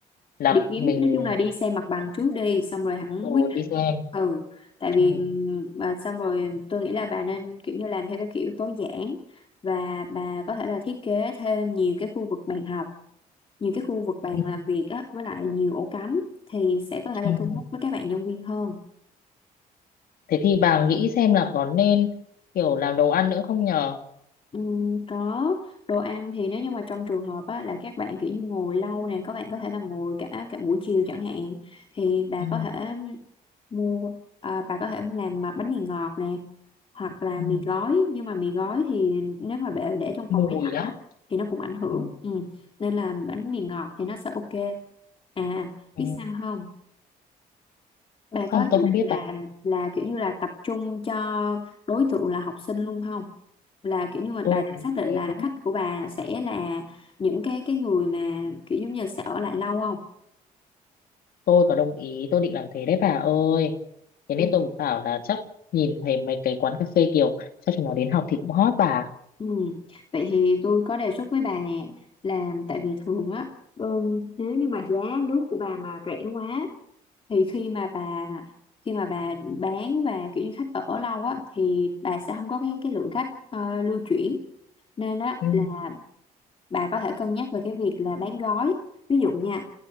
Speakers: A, on the left (about 70°); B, on the left (about 35°).
A: là
B: đi kiếm
A: mình
B: nói chung là đi xem mặt bằng trước đi xong rồi hẳn
A: ừ,
B: quyết định
A: đi xem
B: ừ tại vì
A: ừ,
B: ừm, và xong rồi tôi nghĩ là bà nên kiểu như làm theo cái kiểu tối giản và bà có thể là thiết kế thêm nhiều cái khu vực bàn học nhiều cái khu vực bàn
A: ừ,
B: làm việc á với lại nhiều ổ cắm thì sẽ có thể là
A: ừ.
B: thu hút với các bạn nhân viên hơn
A: Thế thì bà nghĩ xem là có nên kiểu làm đồ ăn nữa không nhờ?
B: Ừm, có đồ ăn thì nếu như mà trong trường hợp á, là các bạn kiểu như ngồi lâu nè các bạn có thể là ngồi cả cả buổi chiều chẳng hạn thì bà
A: Ừ,
B: có thể mua à, bà có thể làm mà bánh mì ngọt nè hoặc là
A: ừ,
B: mì gói nhưng mà mì gói thì nếu mà bà để trong
A: mùi
B: phòng máy lạnh
A: lắm.
B: á thì nó cũng ảnh hưởng
A: Ừ,
B: ừ. Nên là bánh mì ngọt thì nó sẽ ok à
A: ừ.
B: biết sao không Bà
A: Không,
B: có
A: tôi
B: dự
A: không
B: định
A: biết
B: là
A: bà.
B: là kiểu như là tập trung cho đối tượng là học sinh luôn không? Là kiểu như mà
A: Tôi
B: bà đã
A: có
B: xác
A: như
B: định
A: thế
B: là
A: đấy.
B: khách của bà sẽ là những cái cái người mà kiểu giống như là sẽ ở lại lâu không?
A: Tôi có đồng ý, tôi định làm thế đấy bà ơi. Thế
B: Ừ.
A: nên tôi cũng bảo là chắc nhìn thấy mấy cái quán cà phê kiểu cho chúng nó đến học thì cũng hot bà.
B: Ừ. Vậy thì tôi có đề xuất với bà nè là tại vì thường á ừm, nếu như mà giá nước của bà mà rẻ quá thì khi mà bà khi mà bà bán và kiểu như khách ở lâu á thì bà sẽ không có cái cái lượng khách ờ, lưu chuyển nên á
A: Ừ.
B: là bà có thể cân nhắc về cái việc là bán gói ví dụ nha